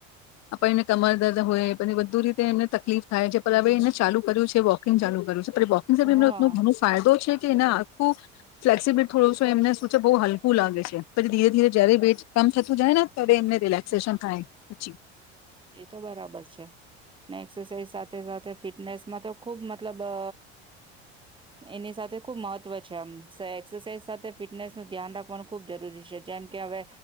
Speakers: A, on the left; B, on the right.
A: આપડ એને કમર દર્દ હોયછી બધુ રીતે એમને તકલીફ થાય છે, પણ હવે એને ચાલુ કર્યું છે વોકિંગ ચાલુ કર્યું છે, બોકિંગ સાી એમને
B: હા
A: એટલો ઘણો ફાયદો છે, કે એના આખું ફ્લેક્સિબિલ થોડું એમને શું છે બહુ હલકું લાગે છે, પછી ધીરે ધીરે જ્યારે વેટ કમ થતું જાય ને ત્યારે એમને રિલેક્સેશન થાય, પચી
B: એ તો બરાબર છે, ને એક્સરસાઇઝ સાથે સાથે ફિટનેસ માં તો ખુબ મતલબ અ એની સાથે ખુબ મહત્વ છે, આમ એક્સરસાઇઝ સાથે ફિટનેસ નું ધ્યાન રાખવાનું ખુબ જરૂરી છે, જેમ કે હવે